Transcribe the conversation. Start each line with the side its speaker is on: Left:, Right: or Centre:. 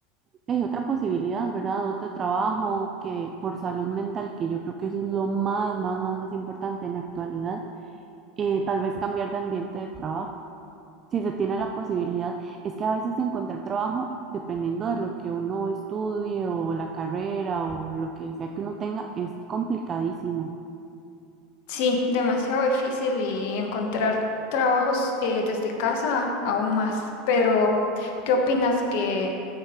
Right: eh, otra posibilidad, ¿verdad? Otro trabajo que por salud mental, que yo creo que eso es lo más, más, más, más importante en la actualidad, eh, tal vez cambiar de ambiente de trabajo, si se tiene la posibilidad. Es que a veces encontrar trabajo, dependiendo de lo que uno estudie o la carrera o lo que sea que uno tenga, es complicadísimo.
Left: Sí, demasiado difícil y encontrar trabajos eh, desde casa aún más. Pero, ¿qué opinas que